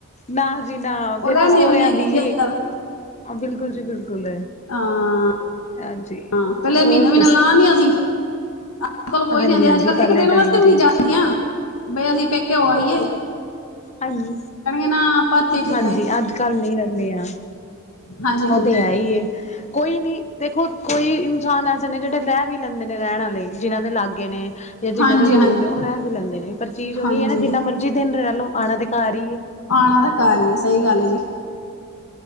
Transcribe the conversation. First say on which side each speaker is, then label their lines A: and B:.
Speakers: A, on the left; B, on the left.
A: ਨਾ ਜੀ ਨਾ,
B: ਉਹ
A: ਫੇਰ
B: ਰਹਿੰਦੀਆਂ
A: ਤਾਂ ਸੋਹਰਿਆਂ
B: ਵੀ ਨੀ ਹੈਗੀਆਂ
A: ਦੀ,
B: ਜੀ ਅੱਜ ਕੱਲ
A: ਬਿਲਕੁਲ ਜੀ ਬਿਲਕੁਲ
B: ਹਾਂ
A: ਹਾਂਜੀ
B: ਹਾਂ ਪਹਿਲੇ
A: ਹੋਰ
B: ਮਹੀਨਾ, ਮਹੀਨਾ
A: ਦੱਸ
B: ਲਾਂਅ ਆਂਦਿਆਂ ਸੀ। ਅੱਜ ਕੱਲ ਕੋਈ
A: ਹਾਂਜੀ
B: ਨੀ ਆਉਂਦੀ,
A: ਹਾਂਜੀ
B: ਅੱਜ-ਕੱਲ
A: ਪਹਿਲੇ
B: ਇੱਕ ਦਿਨ
A: ਟਾਈਮ
B: ਵਾਸਤੇ ਵੀ
A: ਠੀਕ
B: ਨੀ ਜਾਦਿਆਂ
A: ਸੀ
B: ਬਈ ਅਸੀਂ ਪੇਕੇ ਹੋ ਆਇਏ।
A: ਹਾਂਜੀ,
B: ਨਾ ਆਪਾਂ ਇੱਥੇ ਠੀਕ
A: ਹਾਂਜੀ
B: ਆਏ
A: ਅੱਜ-ਕੱਲ ਨੀ ਰਹਿੰਦਿਆਂ,
B: ਹਾਂਜੀ ਹਾਂਜੀ
A: ਉਹ ਤੇ ਹੈ ਹੀ। ਕੋਈ ਨਹੀਂ, ਦੇਖੋ ਕੋਈ ਇਨਸਾਨ ਐਸੇ ਨੇ ਜਿਹੜੇ ਰਹਿ ਵੀ ਲੈਂਦੇ ਨੇ, ਰਹਿਣ ਵਾਲੇ, ਜਿਹਨਾਂ ਦੇ ਲਾਗੇ ਨੇ, ਜਾਂ ਜਿੰਨਾ
B: ਹਾਂਜੀ
A: ਦੇ
B: ਹਾਂਜੀ
A: ਦੂਰ ਨੇ, ਉਹ ਰਹਿ ਵੀ ਲੈਂਦੇ ਨੇ, ਪਰ ਚੀਜ਼
B: ਹਾਂਜੀ
A: ਉਹੀ ਹੈ ਨਾ, ਜਿੰਨਾ ਮਰਜ਼ੀ ਦਿਨ ਰਹਿ ਲੋ, ਆਣਾ ਤੇ ਘਾਰ ਹੀ ਏ,
B: ਆਉਣਾ ਤਾਂ ਘਾਰ ਹੀ ਏ, ਸਹੀ ਗੱਲ ਐ।